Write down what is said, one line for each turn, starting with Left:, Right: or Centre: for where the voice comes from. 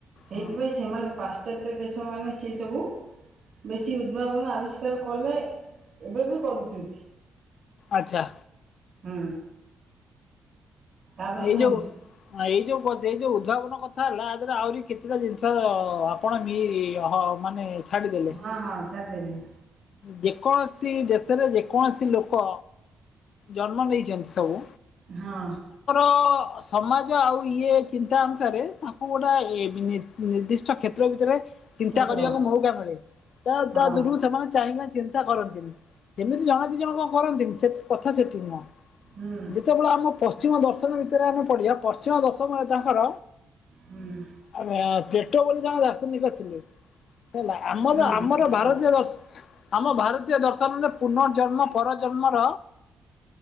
Right: ସେଇଥିପାଇଁ
Left: ହୁଁ
Right: ସେମାନେ ପାସ୍ ଶ୍ଚାତ୍ୟ ଦେଶ ମାନେ ସିଏ ସବୁ। ବେଶୀ ଉଦ୍ଭାବନ ଆବିଷ୍କାର କଲେ ଏବେ ବି କରୁଚନ୍ତି।
Left: ଆଚ୍ଛା।
Right: ହୁଁ। ତାପରେ
Left: ଏଇ
Right: କୁହନ୍ତୁ
Left: ଯୋଉ ଏଇ ଯଉ ଏଇ ଯୋଉ ଉଭାବନ କଥା ହେଲା <unintelligible> ଆହୁରି କେତେଟା ଜିନିଷ ଆପଣ ମି-ହ ମାନେ ଝାଡି ଦେଲେ
Right: ହଁ ହଁ ଛାଡ଼ିଦେଲି
Left: ଦେ କୌଣସି ଦେଶରେ ଯେକୌଣସି ଲୋକ ଜନ୍ମ ନେଇଚନ୍ତି ସବୁ
Right: ହଁ।
Left: ତ ସମାଜ ଆଉ ଇଏ ଚିନ୍ତା ଅନୁସାରେ ତାଙ୍କୁ ଗୋଟେ ନି-ନିର୍ଦ୍ଦିଷ୍ଟ କ୍ଷେତ୍ର ଭିତରେ ଚିନ୍ତା
Right: କ୍ଷେତ୍ର
Left: କରିବାକୁ ମଉକା ମିଳେ ତା-ତା
Right: ହଁ
Left: ଦୂରରୁ ସେମାନେ ଚାହିଁବେ ଚିନ୍ତା କରନ୍ତିନି। ସେମିତି ଜଣେ ଦି ଜଣ କଣ କରନ୍ତିନି? ସେ କଥା ସେଠି ନୁହଁ।
Right: ହୁଁ
Left: ଯେତେବେଳେ ଆମ ପ ପଶ୍ଚିମ ଦର୍ଶନୀ ଭିତରେ ଆମେ ପଡିବା ପଶ୍ଚିମ ଦଶମ ତାଙ୍କର
Right: ହୁଁ
Left: <unintelligible> ଟ ବେଳୁ ଜଣେ ଦାର୍ଶନିକ ଥିଲେ। ହେଲା ଆମର
Right: ହୁଁ
Left: ଆମର
Right: ପ୍ଲାଟ
Left: ଭାରତୀୟ ଦର୍ଶ ଆମ ଭାରତୀୟ ଦ ପୁନଃ ଜନ୍ମ ପରଜ ନ୍ମର